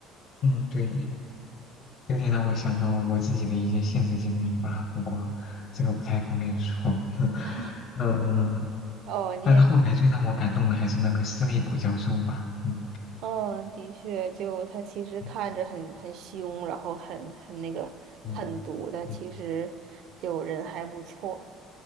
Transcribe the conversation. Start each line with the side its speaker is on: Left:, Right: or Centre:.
Left: 嗯，对，有点让我想到我自己的一些现实经历吧，不过这个不太方便说。<laughs>
Right: <laughs>
Left: 嗯，
Right: 哦，你也，
Left: 但是后来最让我感动的还是那个斯内普教授吧。嗯
Right: 嗯，的确，就他其实看着很很凶，
Left: 嗯
Right: 然后很很那个狠毒，
Left: 嗯，
Right: 但其实就人还不错。
Left: 对